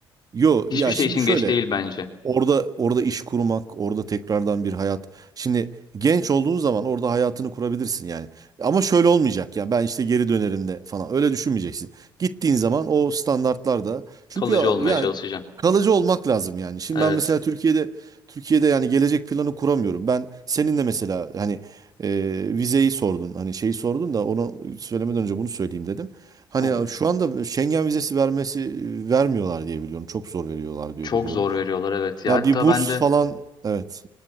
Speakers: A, on the right; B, on the left.
A: yo
B: hiçbir
A: ya
B: şey
A: şimdi
B: için
A: şöyle
B: geç değil bence.
A: Orada orada iş kurmak, orada tekrardan bir hayat. Şimdi genç olduğun zaman orada hayatını kurabilirsin yani. Ama şöyle olmayacak ya ben işte geri dönerim de falan. Öyle düşünmeyeceksin. Gittiğin zaman o standartlarda çünkü
B: Kalıcı olmaya
A: yani
B: çalışacaksın.
A: kalıcı olmak lazım yani. Şimdi
B: Evet,
A: ben mesela Türkiye'de Türkiye'de yani gelecek planı kuramıyorum. Ben seninle mesela hani e, vizeyi sordun. Hani şeyi sordun da onu söylemeden önce bunu söyleyeyim dedim. Hani
B: olur.
A: şu anda Schengen vizesi vermesi vermiyorlar diye biliyorum. Çok zor veriyorlar diye
B: Çok
A: biliyorum.
B: zor veriyorlar evet. Ya
A: Ya
B: hatta
A: bir burs
B: ben de
A: falan evet.